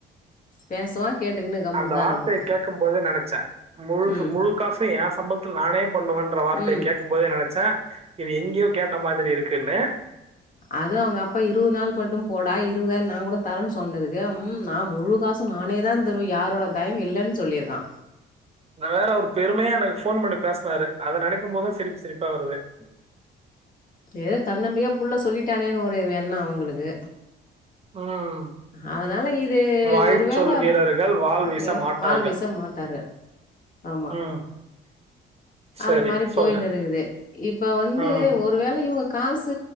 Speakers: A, on the left; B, on the right.
A: பேசுவா கேட்டுக்குன்னு கம்முன்னு
B: அந்த
A: தா
B: வார்த்தய
A: இருக்கணு
B: கேட்குபோதே நெனச்ச முழு
A: ம்
B: முழு காசு ஏ கம்பளதுல நானே பண்ணுவன்ற வார்த்தய
A: ம்
B: கேட்குபோதே நெனச்சே <inaudible> இது எங்கயோ கேட்ட மாதிரி இரு க்குன்னு
A: அது அவுங்க அப்பா இருது நாள் மட்டு போடா இ இருவதாயரோ நா கூட தரன்னு சொன்னதுக்கு ம் நா முழு காசு நானே தா தருவ யாரோட தயவு இல்லன் சொல்லியிர்க்கா
B: நா வேற அவரு பெருமயா எனக்கு ஃபோன் பண்ணி பேசனாரு அத நெனைக்போதா சிரிப்பு சிரிப்பா வருது <inaudible>
A: ஏத தன்னம்பிக்கா புள்ள சொல்லிட்டானேன் ஒரு எண்ணோ அவுங்களுக்கு
B: ம்
A: அதனால இது
B: வாய்
A: ஒருவேள
B: சொல் வீரர்கள் வாள் வீச
A: வெ
B: மாட்டார்கள்
A: வாள் வீசமாட்டாரு ஆமா
B: ம் சரி
A: அந்த மாரி
B: சொல்லு
A: போய்னு இருகுது இப்ப வந்து
B: ம்
A: ஒருவேள இவுங்க காஸ் ஸு